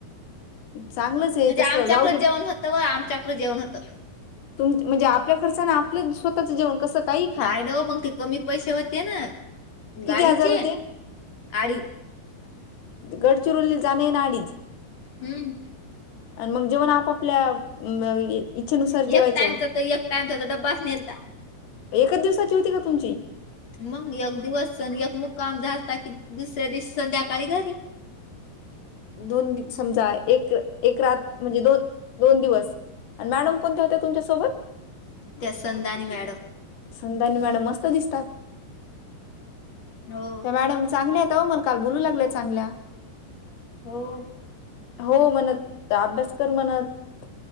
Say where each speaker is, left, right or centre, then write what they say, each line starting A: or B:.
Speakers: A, on the left (about 80°); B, on the left (about 40°).
A: चांगलंच आहे
B: म्हणजे
A: तसं
B: आमच्याकडं
A: जाऊ दे
B: जेवण होतं व आमच्याकडं जेवण होतं.
A: तुम म्हणजे आपल्या खर्चानं आपलं स्वतचं जेवण कसं काही खा
B: नाही न व, मग ते कमी पैशे होते ना
A: किती
B: गाडीचे.
A: आजार होते
B: आडी.
A: गडचिरोली जाण येणं अडीच.
B: हम्म.
A: आणि मग जेवण आपापल्या इच्छेनुसार जेवायचं
B: एक टाइमचा तर एक टाइमचा डबाच नेलता.
A: एकच दिवसाची होती का तुमची.
B: मग एक दिवस स एक मुक्काम झालया कि दुसऱ्या दिवस संध्याकाळी घरी.
A: दोन समजा एक एक रात म्हणजे दोन दोन दिवस आणि मॅडम कोणत्या होत्या तुमच्यासोबत.
B: त्या संदानी मॅडम.
A: संधानी मॅडम मस्त दिसतात.
B: हो
A: त्या मॅडम चांगल्या आहेत. त मग काल बोलू लागल्या चांगला.
B: हो.
A: हो म्हणत अभ्यास कर म्हणत